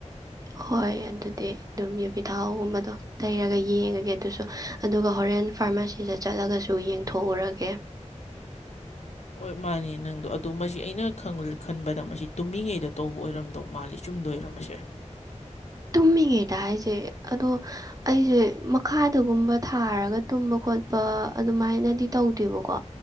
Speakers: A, on the right; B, on the left.
A: ꯍꯣꯏ ꯑꯗꯨꯗꯤ ꯑꯗꯨꯝ ꯌꯄꯤ ꯊꯥꯎꯒꯨꯝꯕꯗꯣ ꯇꯩꯔꯒ ꯌꯦꯡꯉꯒꯦ ꯑꯗꯨꯁꯨ ꯑꯗꯨꯒ ꯍ ꯍꯣꯔꯦꯟ ꯐꯥꯔꯃꯥꯁꯤꯗ ꯆꯠꯂꯒꯁꯨ ꯌꯦꯡꯊꯣꯛꯎꯔꯒꯦ
B: ꯍꯣꯏ ꯃꯥꯅꯦ ꯅꯪꯗꯣ ꯑꯗꯨꯗ ꯃꯁꯤ ꯑꯩꯅ ꯈꯟꯕꯗ ꯃꯁꯤ ꯇꯨꯝꯃꯤꯉꯩꯗ ꯇꯧꯕ ꯑꯣꯏꯔꯝꯗꯧ ꯃꯥꯜꯂꯤꯨꯝ ꯇꯨꯝꯗꯣꯏ ꯑꯣꯏꯔꯝꯁꯦ
A: <inaudible> ꯇꯨꯝꯃꯤꯉꯩꯗ ꯍꯥꯏꯁꯦ ꯑꯗꯣ ꯑꯩꯁꯦ ꯃꯈꯥꯗꯒꯨꯝꯕ ꯊꯥꯔꯒ ꯇꯨꯝꯕ ꯈꯣꯠ ꯑꯗꯨꯃꯥꯏꯅꯗꯤ ꯇꯧꯗꯦꯕꯀꯣ